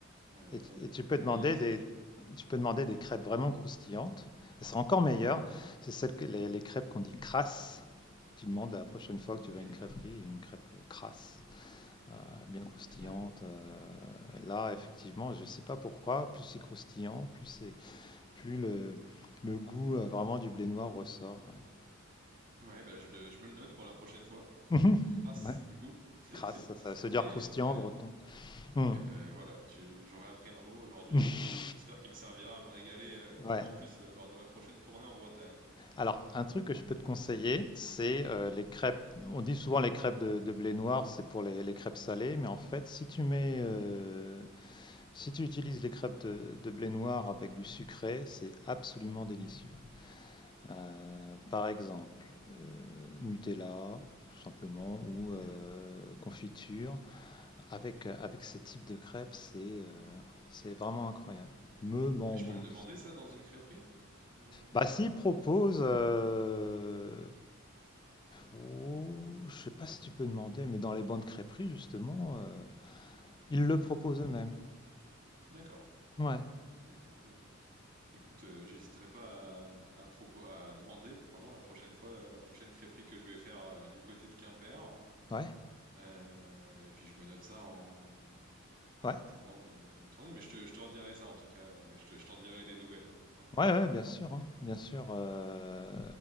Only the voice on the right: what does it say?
euh,
meilleur
c'est
je trouve.
Ok.
Et ben
Ouais, bah, je, je me le note pour la prochaine fois. <laughs>
Crasse,
du coup. <laughs>
Et
ben
et ben voilà, tu, j'aurais appris un mot aujourd'hui
et j'espère qu'il me servira à me régaler euh,
d'autant plus euh, lors de ma prochaine tournée en Bretagne.
Euh,
oui.
Et je
peux le demander, ça, dans une crêperie? Euh,
d'accord,
d'accord. Ben, écoute, euh, j'hésiterai pas à, à propos, à demander, pardon, la prochaine fois, euh, la prochaine crêperie que je vais faire euh, du côté de Quimper.
Euh, et puis je me note ça en, en, en
attendant de, de tourner. Mais je te, je te redirai ça en tout cas. euh, Je te- je t'en dirai des nouvelles. <laughs>